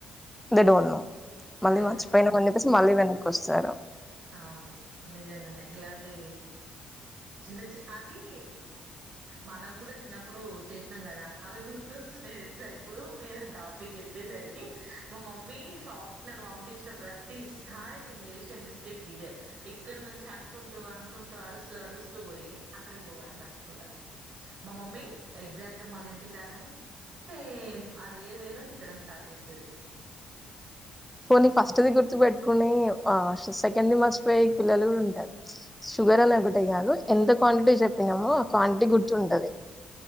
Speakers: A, in the centre; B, on the right (about 45°).
A: దె డోంట్ నో మళ్ళీ
B: అయిపోయింది
A: మర్చిపోయినాం అని జొప్పేసి మళ్ళీ వెన వస్తారు
B: అవును నిజంగనే ఇలాంటి చిన్న చి అవి మనం గూడా చిన్నప్పుడు చేసినాం గదా అవి గుర్తొస్తున్నాయి తె ఇప్పుడు వేరే టాపిక్ చెప్పేసరికి మా మమ్మీ షాప్ కి నన్ను పంపించిన ప్రతిసారి నేను చేసే మిస్ కి ఇదే ఇక్కడ నుంచి అనుకుంటూ అనుకుంటూ అరుస్తూ అరుస్తూ పోయి అక్కడికి పోగానే మర్చిపోతా మా మమ్మీ ఎగ్జాక్ట్ మళ్ళ ఇంటికి రాగానే సేమ్ అదే వేలో తిట్టడం స్టార్ట్ జేస్తది
A: పోనీ ఫస్ట్ ది గుర్తు పెట్టుకుని ఆ సెకండ్ది మరిచిపోయే పిల్లలు గూడా ఉంటారు షుగర్ అని ఒకటే కాదు ఎంత క్వాంటిటీ చెప్పినామో ఆ క్వాంటిటీ గుర్తుంటది